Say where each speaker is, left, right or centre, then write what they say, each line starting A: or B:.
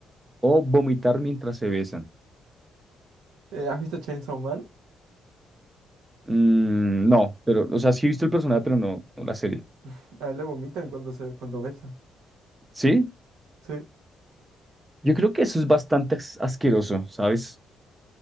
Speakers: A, on the right (about 15°); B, on the right (about 85°).
A: o vomitar mientras se besan?
B: Eh, ¿has visto Chainsaw Man?
A: Mm, no, pero, o sea, sí he visto el personaje, pero no, no la serie.
B: <laughs> A él le vomitan cuando se, cuando besa.
A: ¿Sí?
B: Sí.
A: Yo creo que eso es bastante as- asqueroso, ¿sabes?